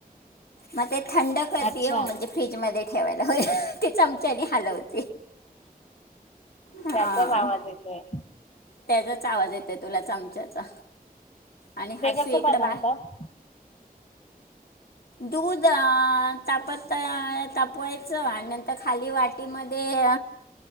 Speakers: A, on the left; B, on the left.
A: मग ते थंड करते
B: अच्छा
A: हो म्हणजे फ्रीजमध्ये ठेवायला होय. ते चमच्याने हलवते. हां
B: त्याचाच आवाज येतोय.
A: त्याचाच आवाज येतो तुला चमच्याचा आणि हर्षु
B: ते कसं
A: एक
B: बनवतात
A: डबा दूध अ तापत तापवायचं आणि नंतर खाली वा टीमध्ये